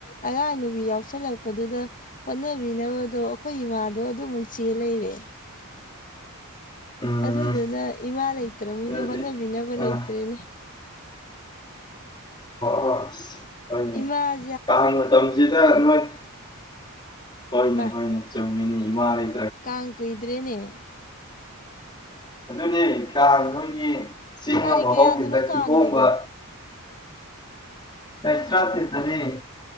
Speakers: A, on the left; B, on the left.
A: ꯑꯉꯥꯡ ꯅꯨꯕꯤ ꯌꯥꯎ ꯁꯜꯂꯛꯄꯗꯨꯗ ꯍꯣꯠꯅꯕꯤꯅꯕꯗꯣ ꯑꯩꯈꯣꯏ ꯏꯃꯥꯗꯣ ꯑꯗꯨꯃꯨꯛ ꯆꯦꯜ ꯂꯩꯔꯦ
B: <unintelligible> ꯎꯝ
A: ꯑꯗꯨꯗꯨꯅ ꯏꯃꯥ ꯂꯩꯇ꯭ꯔꯕꯅꯤꯅ
B: ꯑꯗꯨꯗꯤ
A: ꯍꯣꯠꯅꯕꯤꯅꯕ
B: ꯑꯥ
A: ꯂꯩꯇ꯭ꯔꯦꯅꯦ
B: <inaudible>
A: ꯏꯃꯥ
B: ꯀꯥꯡ ꯃꯇꯝꯁꯤꯗ ꯅꯣꯏ ꯍꯣꯏꯅꯦ
A: ꯃꯥ
B: ꯍꯣꯏꯅꯦ ꯆꯨꯝꯃꯤꯅꯦ ꯏꯃꯥ ꯂꯩ
A: ꯀꯥꯡ ꯀꯨꯏꯗ꯭ꯔꯦꯅꯦ
B: ꯑꯗꯨꯗꯤ ꯀꯥꯡ ꯅꯣꯏꯒꯤ ꯆꯤꯡ
A: ꯇꯥꯔꯤꯛ
B: ꯑꯃ
A: ꯀꯌꯥꯗꯅꯣ
B: ꯍꯧꯈꯤꯕꯗ
A: ꯀꯥꯡꯗꯨꯕꯣ
B: ꯀꯤꯍꯣꯝꯒ ꯇꯥꯔꯤꯛ ꯇꯔꯥꯇꯔ‌ꯦꯠꯇꯗꯤ